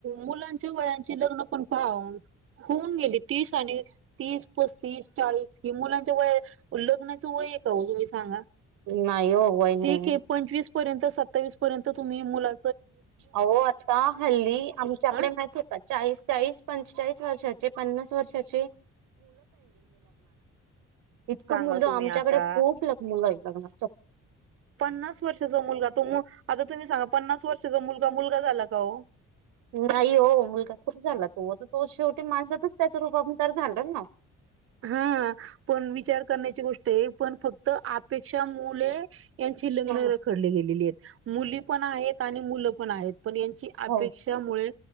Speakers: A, on the right (about 45°); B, on the right (about 80°).
A: मुलांच्या वयांची लग्न पण <unintelligible> होऊन गेली तीस आणि तीस पस्तीस चाळीस कि मुलांच्या वय लग्नाचं वय का ओ तुम्ही सांगा
B: नाही ओ वय
A: ठीक
B: नाय
A: आहे पंचवीस पर्यंत सत्तावीस पर्यंत तुम्ही मुला
B: अहो आता हल्ली आमच्याकडे
A: हा
B: माहिती का चाळीस चाळीस पंचेचाळीस वर्षाचे पन्नास वर्षाचे इतकं
A: सांगा
B: मुलं
A: तुम्ही
B: आमच्याकडे
A: आता
B: खूप ल मुलं आहे लग्ना
A: पन्नास वर्षाचा मुलगा तो आता तुम्ही सांगा पन्नास वर्षाचा मुलगा मुलगा झाला का ओ
B: नाही हो मुलगा खूप झाला तू तो शेवटी माणसातच त्याच रूपानं तर झाला ना
A: हा पण विचार करण्याची गोष्ट पण फक्त अपेक्षा मुळे लग्न
B: हो
A: रखडली गेलेली आहेत. मुली पण आहेत आणि मुलं पण आहेत पण, यांची
B: हो
A: अपेक्षा मुले